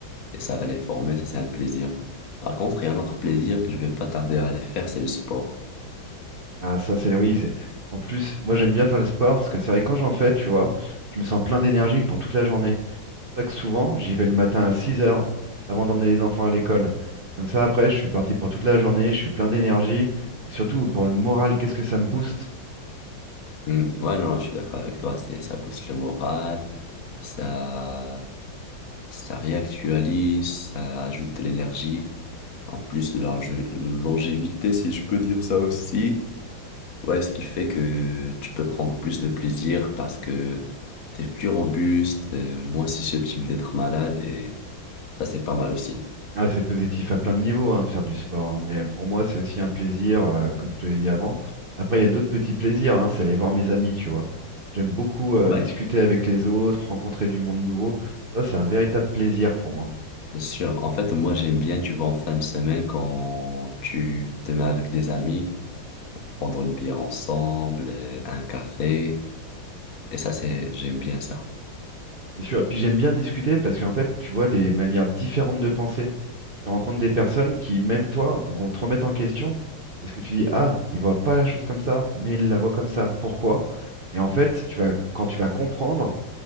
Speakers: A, on the left (about 50°); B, on the right (about 75°).
A: et ça va les former, ça c'est un plaisir. Par contre, il y a un autre plaisir que je vais pas tarder à aller faire, c'est le sport.
B: Ah, ça, c'est oui, c'est. En plus, moi, j'aime bien faire le sport parce que c'est vrai que quand j'en fais, tu vois, je me sens plein d'énergie pour toute la journée. C'est pour ça que souvent, j'y vais le matin à 6 heures avant d'emmener les enfants à l'école. Comme ça, après, je suis parti pour toute la journée, je suis plein d'énergie. Et surtout, pour le moral, qu'est-ce que ça me booste?
A: Hmm, Ouais, non, je suis d'accord avec toi. C'est, ça booste le moral, ça, ça réactualise, ça ajoute de l'énergie, en plus de la longé- longévité, si je peux dire ça aussi. Ouais, ce qui fait que tu peux prendre plus de plaisir parce que t'es plus robuste, euh, moins susceptible d'être malade et ça, c'est pas mal aussi.
B: Ah, c'est positif à plein de niveaux hein, de faire du sport. hein, Mais pour moi, c'est aussi un plaisir, euh, comme je te l'ai dit avant. Après, il y a d'autres petits plaisirs. hein, c'est aller voir mes amis, tu vois. J'aime beaucoup euh,
A: Ouais,
B: discuter avec les autres, rencontrer du monde nouveau. Ça, c'est un véritable plaisir pour moi.
A: c'est sûr. En fait, moi, j'aime bien, tu vois, en fin de semaine, quand tu te mets avec des amis pour prendre une bière ensemble, euh, un café. Et ça, c'est, j'aime bien ça.
B: C'est sûr. Et puis, j'aime bien discuter parce qu'en fait, tu vois des manières différentes de penser. Tu rencontres des personnes qui, même toi, vont te remettre en question parce que tu dis, ah, il voit pas la chose comme ça, mais il la voit comme ça. Pourquoi? Et en fait, tu vas, quand tu vas comprendre,